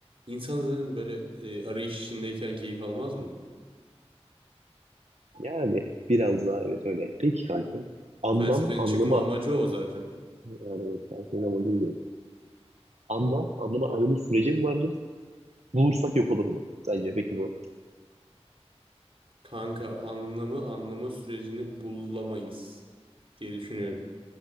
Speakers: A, on the right; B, on the right.
A: İnsan zaten böyle e, arayış içindeyken keyif almaz mı?
B: Yani biraz daha evet öyle. Peki kanka. Anlam,
A: Felsefenin
B: anlama
A: çıkma amacı o zaten.
B: yani ben söyle amacım üzere. Anlam, anlama anlamı süreci mi vardır? Bulursak yok olur mu? Sence peki bu.
A: Kanka anlamı anlama sürecini bulamayız diye düşünüyorum.